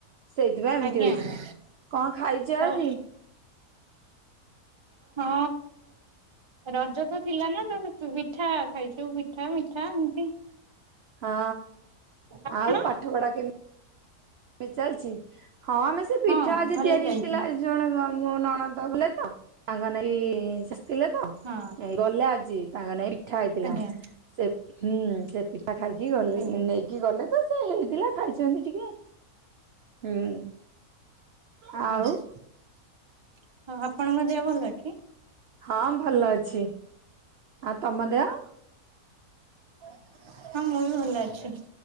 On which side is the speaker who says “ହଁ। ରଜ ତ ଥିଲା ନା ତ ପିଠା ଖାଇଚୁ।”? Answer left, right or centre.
Right